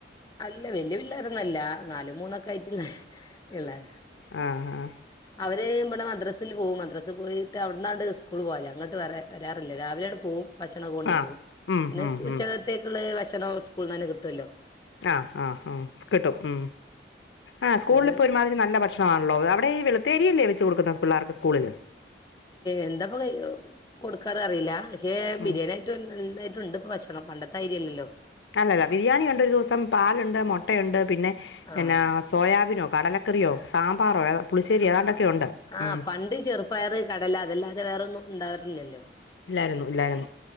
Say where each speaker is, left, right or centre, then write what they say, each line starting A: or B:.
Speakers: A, on the left (about 20°); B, on the left (about 85°).
A: അല്ല വലിയ പിള്ളേരോന്നുമല്ല നാലും മൂന്നുമൊക്കെ ആയിട്ടുള്ളു ഇളയ
B: ആഹ ആ
A: അവര് ഇവിടെ മദ്രസിൽ പോകവും മദ്രസിൽ പോയിട്ട് അവിടന്നാണ്ട് സ്കൂള് പോകല്ലേ അങ്ങോട്ട് വ വരാറില്ല രാവിലെയ ആണ് പോകവും ഭക്ഷണം കൊണ്ടുപോകവും
B: ആഹ് ഉം
A: പിന്നെ
B: ഉം
A: ഉച്ചത്തേക്കുള്ള
B: ഉം
A: ഭക്ഷണ സ്കൂളിൽ നിന്നെ കിട്ടുമല്ലോ
B: ആ ആ ആ കിട്ടും ഉ ആ സ്കൂളിപ്പോ
A: പിന്നെ
B: ഒരുമാതിരി നല്ല ഭക്ഷണ ണല്ലോ അവിടെ ഈ വെളുത്തേരില്ലേ വെച്ച് കൊടുക്കുന്ന പിള്ളേർക്ക് സ്കൂളിൽ
A: എന്താപ്പ ക കൊടുക്കാറ അറിയില്ല പക്ഷേ ബിരിയാണിയ
B: ഉം
A: ആയിട്ട് നതായിട്ടുണ്ട് ഇപ്പ ഭക്ഷണം പണ്ടത്തെ ആതിരി അല്ലല്ലോ
B: അല്ലല്ല ബിരിയാണിയുണ്ട് ഒരു ദിവസം പാലുണ്ട് മുട്ടയുണ്ട് പിന്നെ
A: ആഹ്
B: എന്ന സോയാബീനോ കടല ക്കറിയോ സാമ്പാറോ പുളിശ്ശേരി
A: ആ
B: ഏതാണ്ടൊക്കെ ഉണ്ട്
A: ആ
B: ഉം
A: പണ്ട് ചെറുപ്പയർ കടല അതല്ലാതെ വേറൊന്നും ഉണ്ടാവറില്ലല്ലോ
B: ഇല്ലായിരുന്നു ഇല്ലായിരുന്നു